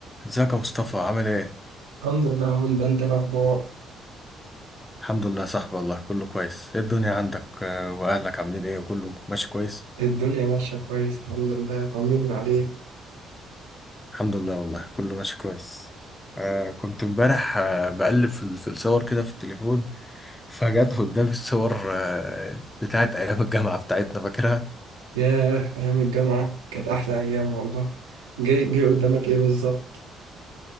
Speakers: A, on the left (about 20°); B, on the right (about 80°).
A: ازيك يا مصطفى عامل ايه؟
B: الحمد لله هون ده انت الاخبار
A: الحمد لله يا صاحبي والله كله كويس ايه الدنيا عندك آه، واهلك عاملين ايه كله ماشي كويس؟
B: الدنيا ماشيه كويس الحمد لله طمنا عليك
A: الحمد لله والله كله ماشي كويس آه كنت امبارح آه بقلب في ال- في الصور كده في التليفون فجت قدامي الصور آه بتاعت ايام الجامعة بتاعتنا فاكرها؟
B: ياه ايام الجامعه كانت احلى ايام والله جاي جاي قدامك ايه بالظبط